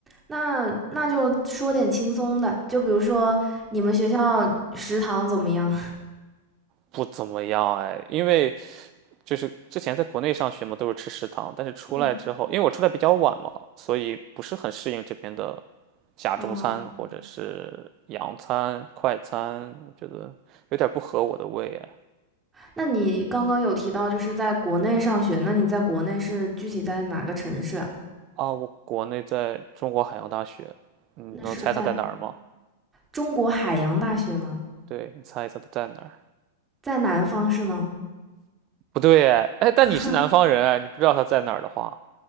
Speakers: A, on the right; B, on the right.
A: 那那就说点轻松的，就比如说你们学校食堂怎么样？
B: 不怎么样哎，因为。就是之前在国内上学嘛，都是吃食堂，但是出来之后，
A: <laughs> 嗯
B: 因为我出来比较晚嘛，所以不是很适应这边的假中餐或者是洋餐、
A: 哦
B: 快餐，我觉得有点不合我的胃哎。
A: 那你刚刚有提到就是在国内上学，那你在国内是具体在哪个城市啊？
B: 啊，我国内在中国海洋大学，你能猜它在哪儿吗？
A: 那是在中国海洋大学吗？
B: 对，你猜一猜它在哪儿？
A: 在南方是吗？
B: 不对哎，哎但你是南方人哎，
A: <laughs>
B: 你不知道它在哪儿的话，